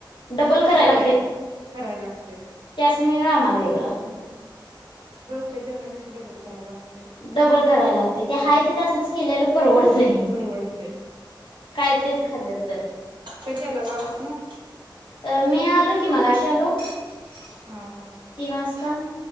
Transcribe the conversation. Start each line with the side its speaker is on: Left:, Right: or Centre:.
Left: डबल करायला
Right: होय. करायला लागतेय..
Left: नी आम्हाला वेगळं.
Right: च्या जेवणापेक्षा डबल करावं लागत.
Left: डबल करायला लागतंय ते हाय ते त्यातलंच केलेलं परवडतंय,
Right: परवडते
Left: काय तेच खात्यात. तर.
Right: कधी आला गावासनं.?
Left: अ मी आलो की मगाशी आलो. तीन
Right: हा हा
Left: वाजता.